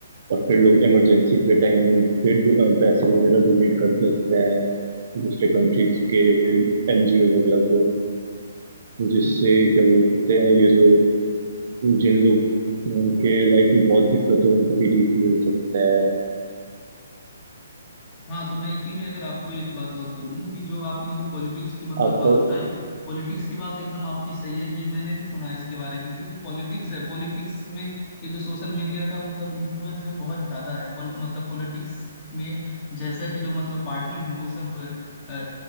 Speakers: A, on the right; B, on the left.
A: और फिर लोग इमरजेंसी के टाइम पे डो- अ, पैसे वगैरह डोनेट कर देते हैं दूसरे कंट्रीज के एनजीओ वगैरह को जिससे
B: हम्म
A: क्या बोलते हैं ये जो जिन लोग अ, के लाइफ में बहुत दिक्कत है उनको रिलीफ मिल सकता है
B: हाँ तो मैं इसी में अगर आपको एक बात और बोलूं कि जो आपने जो पॉलिटिक्स की मतलब
A: आपका
B: बात उठाई पॉलिटिक्स की बात एकदम आपकी सही है ये मैंने भी सुना है इसके बारे में कि जो पॉलिटिक्स है पॉलिटिक्स में ये जो सोशल मीडिया का मतलब इन्फ्लुएंस है वो बहुत ज्यादा है पॉल- मतलब पॉलिटिक्स में जैसा कि जो मतलब पार्टीज हैं वो सब अ, अ,